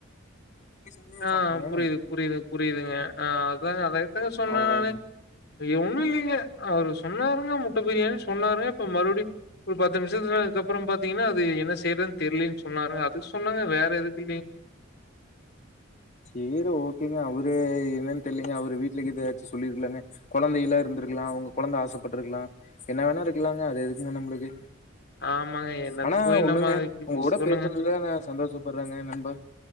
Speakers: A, on the left; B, on the left.
A: நீங்க செஞ்சு
B: ஆ
A: சாப்டுங்க
B: புரிது புரிது புரிதுங்க ஆ அதாங்க அதே தாங்க சொன்ன
A: அவ்வளோதாங்க.
B: நானு இயி ஒண்ணில்லிங்க அவரு சொன்னாருங்க முட்ட பிரியாணின் சொன்னாருங்க. இப்ப மறுவடி ஒரு பத்து நிம்ஷத்துல அதுக்கப்ற பாத்தீங்கன்னா அது என்ன செய்றதுன் தெரிலைன் சொன்னாருங்க. அதுக்கு சொன்னங்க வேற எதுக்கில்லிங்க.
A: சேரி ஓக்கேங்க அவரு என்னன் தெர்லிங்க. அவரு வீட்லக்கிதாச்சு சொல்லிர்க்கலாங்க. கொழந்தைல இருந்துருக்லா அவங்க கொழந்த ஆசப்பட்ருக்கலா என்ன வேணாருக்லாங்க அது எதுக்குங்க நம்ளுக்கு
B: ஆமாங்க என்னத்த
A: ஆனா
B: போய்
A: ஒன்னுங்க
B: நம்ம அதுக்கு இப்படி
A: உங்க குட
B: சொல்லுங்க.
A: பேஸ்னதுல நா சந்தோஷப்பட்றங்க நண்பா.